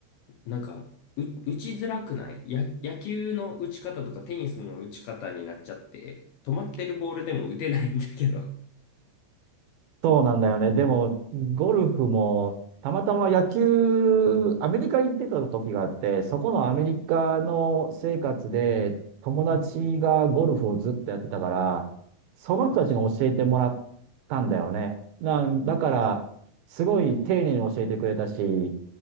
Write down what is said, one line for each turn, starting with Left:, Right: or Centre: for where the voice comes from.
Left: なんか、う、打ちづらくないや、野球の打ち方とかテニスの打ち方になっちゃって、止まってるボールでも打てないんだけど。
Right: そうなんだよね。でも、ゴルフも、たまたま野球、アメリカに行ってた時があって、そこのアメリカの生活で、友達がゴルフをずっとやってたから、
Left: はい
Right: その人たちに教えてもらったんだよね。
Left: あ、そう
Right: な、だから、すごい丁寧に教えてくれたし、